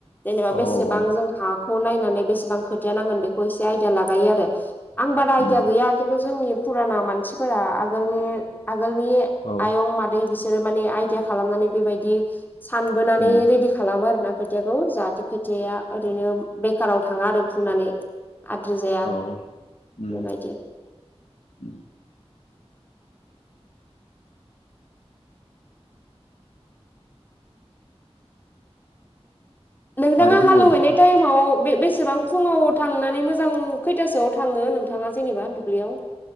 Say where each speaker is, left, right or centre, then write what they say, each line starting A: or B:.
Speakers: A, on the left; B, on the left.
A: जेनेबा
B: औ
A: बेसेबां
B: औ
A: जों हाखौ नायनानै बेसेबां खोथिया नांगोन बेखौ एसे आइदिया लागायो आरो आं बारा
B: उम
A: आइदिया गैया किन्थु जोंनि फुराना मानसिफोरा आगोलनि आगोलनि
B: औ
A: आयं मादै बिसोरो माने आइदिया खालामनानै बेबायदि सानबोनानै
B: उम
A: रेडि खालामो आरो ना खोथियाखौ जाहाथे खोथि ओरैनो बेखाराव थाङा आरो फुनानै आद्रि जाया
B: औ उम
A: बेबायदि।
B: उम
A: नोंथाङा
B: आरो बुंबावदो
A: हालेव हैनाय टाइमाव बे-बेसे बां फुङाव थांनानै मोजां खैथासोआव थाङो नोंथाङा जेनेबा दुब्लियाव